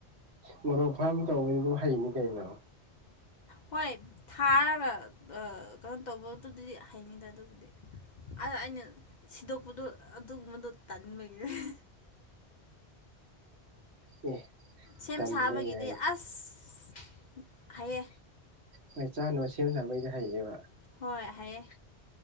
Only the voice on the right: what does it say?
ꯃꯣꯔꯣꯛ ꯐꯥꯝ ꯇꯧꯕꯩꯕꯨ ꯍꯩꯅꯤ ꯀꯩꯅꯣ꯫
ꯑꯦ꯫
ꯇꯟꯕꯒꯤ
ꯍꯥꯏꯌꯦ
ꯍꯣꯏ ꯆꯥꯅꯕ ꯁꯦꯝ ꯁꯥꯕꯩꯗꯤ ꯍꯩꯅꯦꯕ꯫